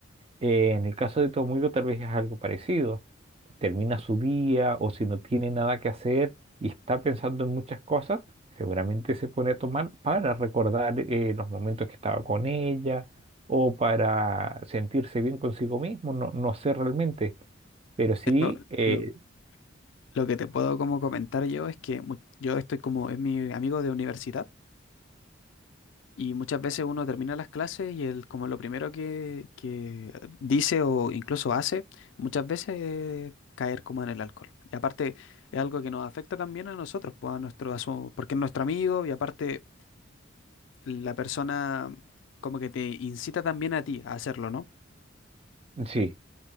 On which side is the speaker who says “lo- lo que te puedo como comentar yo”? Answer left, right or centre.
Left